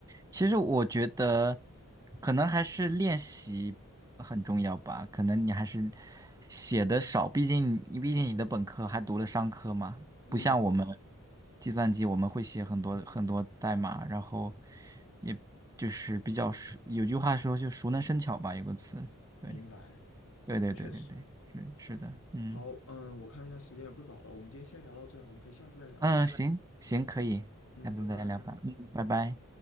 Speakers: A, on the right; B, on the left.
A: 其实我觉得，可能还是练习很重要吧。可能你还是写的少，毕竟你毕竟你的本科还读了商科嘛，
B: 嗯，
A: 不像我们计算机，我们会写很多很多代码，然后也就是比较熟。有句话说，就熟能生巧吧，有个词。对，
B: 明白，
A: 对对对对对，
B: 确实。
A: 是是的，嗯
B: 好，嗯，我看一下时间也不早了，我们今天先聊到这，我们可以下次再聊。
A: 嗯，行行，可以，
B: 嗯，
A: 下次再聊吧。
B: 拜拜。
A: 嗯，拜拜。